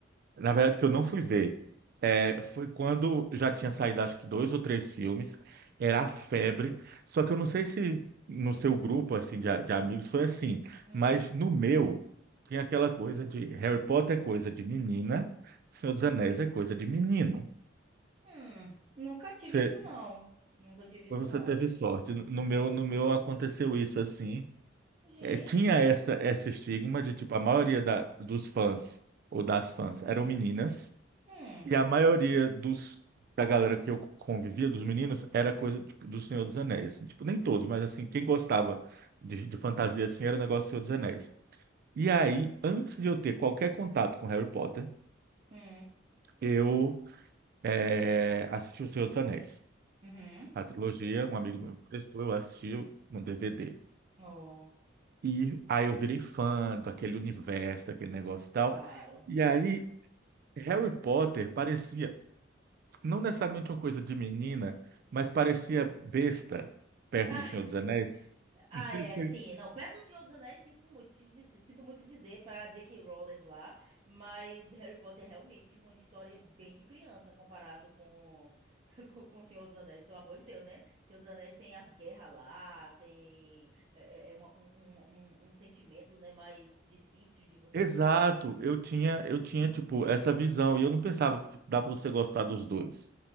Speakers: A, on the right (about 50°); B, on the right (about 35°).
A: Na verdade, que eu não fui ver. É, foi quando já tinha saído, acho que dois ou três filmes. Era a febre. Só que eu não sei se no seu grupo, assim, de, a- de amigos foi assim.
B: Hum.
A: Mas no meu, tinha aquela coisa de Harry Potter é coisa de menina, Senhor dos Anéis é coisa de menino.
B: Hum. Nunca tive
A: Você,
B: isso, não. Nunca tive isso,
A: você
B: não.
A: teve sorte. No no meu, no meu aconteceu isso assim.
B: Gente.
A: É, tinha essa, esse estigma de, tipo, a maioria da, dos fãs ou das fãs eram meninas.
B: Hum.
A: E a maioria dos, da galera que eu convivia, dos meninos, era coisa tipo, do Senhor dos Anéis. assim. Tipo, nem todos, mas assim, quem gostava de, de fantasia assim era o negócio do Senhor dos Anéis. E aí, antes de eu ter qualquer contato com Harry Potter,
B: Hum.
A: eu eh, assisti o Senhor dos Anéis.
B: Uhum.
A: A trilogia, um amigo meu me prestou, eu assisti no DVD.
B: Oh.
A: E aí eu virei fã daquele universo, daquele negócio e tal.
B: Claro.
A: E aí, Harry Potter parecia não necessariamente uma coisa de menina, mas parecia besta perto
B: Ah,
A: do Senhor dos Anéis.
B: ah,
A: Não sei
B: é,
A: se...
B: sim. Não, perto do Senhor dos Anéis, sinto muito, te dizer, sinto muito dizer pra J.K. Rowling lá, mas Harry Potter é realmente uma história bem de criança comparado com, <laughs> com, com Senhor dos Anéis, pelo amor de Deus, né? Senhor dos Anéis tem as guerras lá, tem é, é, é uma- um, um, um, um sentimento, né, mais difícil de você
A: Exato,
B: entender.
A: eu tinha, eu tinha tipo essa visão e eu não pensava que tipo, dá para você gostar dos dois,